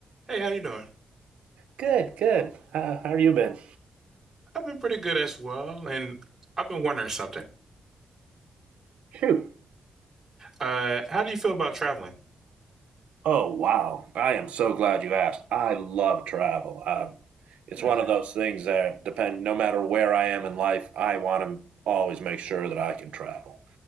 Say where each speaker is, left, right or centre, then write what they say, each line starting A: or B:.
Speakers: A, on the right; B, on the right.
A: Hey, how you doing?
B: Good, good. How how have you been?
A: I've been pretty good as well, and I've been wondering something.
B: Shoot.
A: Uh, how do you feel about traveling?
B: Oh, wow. I am so glad you asked. I love travel. Um, it's
A: Really?
B: one of those things that depend, no matter where I am in life, I want to always make sure that I can travel.